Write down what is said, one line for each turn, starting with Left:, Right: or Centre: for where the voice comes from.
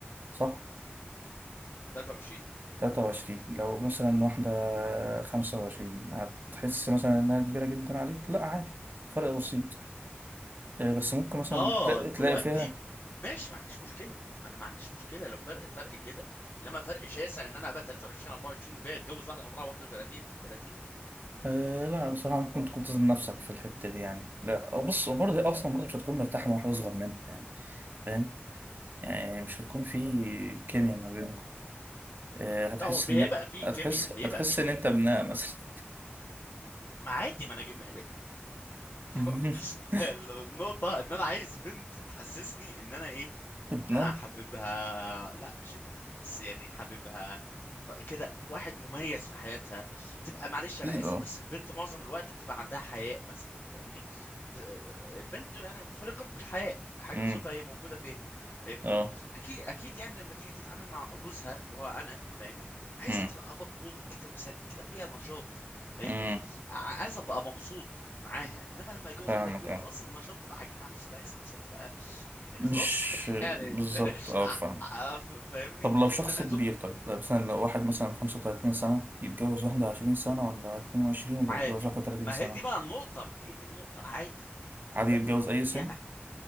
Right: صح؟
Left: 23
Right: 23 لو مثلا واحدة 25 هتحس مثلا انها كبيرة جدا عليك؟ لا عادي فرق بسيط آه، بس ممكن مثلا
Left: اه
Right: تلاقي,
Left: الفروقات
Right: تلاقي فيها
Left: دي ماشي ما عنديش مشكله ما انا ما عنديش مشكله لو فرق فرق كده انما فرق شاسع ان انا ابقى 23 24 وجاي اتجوز واحده عمرها 31 30
Right: أه لا بصراحة ممكن تكون تظلم نفسك في الحتة دي يعني لا بص برضه أصلا برضه مش هتكون مرتاح مع واحد أصغر منك يعني فاهم يعني مش هتكون في كيمياء ما بينكم أه هتحس
Left: لا هو هيبقى
Right: إن
Left: في
Right: هتحس
Left: كيمياء هيبقى
Right: هتحس
Left: في كيمياء
Right: إن أنت ابنها مثلا
Left: ما عادي ما انا جم...
Right: <laughs>
Left: <laughs> النقطة ان انا عايز بنت تحسسني ان انا ايه
Right: ابنها
Left: ان انا حاببها لا مش ابنها بس يعني حاببها ط- كده واحد مميز في حياتها تبقى معلش انا
Right: أكيد
Left: اسف
Right: أه
Left: بس البنت معظم الوقت بتبقى عندها حياء مثلا فاهمني ت- البنت انا خلقت بالحياء حاجة
Right: أمم،
Left: صفة هي موجودة فيها فاهمني
Right: أه
Left: اكيد اكيد يعني لما تيجي تتعامل مع جوزها اللي هو انا فاهمني عايزها
Right: أمم،
Left: تبقى بطبوطة كده وسريع كده فيها نشاط فاهمني
Right: أمم،
Left: ع- عايز ابقى مبسوط معاها انما لما اتجوز
Right: فاهمك
Left: واحده كبيره
Right: أه
Left: خلاص النشاط بقى عج- معلش انا اسف بس هتبقى يعني
Right: مش
Left: خلاص <laughs> يعني
Right: بالظبط أه
Left: ع-
Right: فاهمك
Left: ع- ف- فاهمني
Right: طب لو شخص
Left: إن- هتبقى
Right: كبير طيب لو مثلا لو واحد مثلا 35 سنة يتجوز واحدة 20 سنة ولا 22 ولا
Left: عادي
Right: يتجوز واحدة 30
Left: ما
Right: سنة
Left: هي دي بقى النقطه ما هي دي النقطه عادي في
Right: عادي
Left: الف...
Right: يتجوز
Left: في في
Right: أي سن؟
Left: دي ع-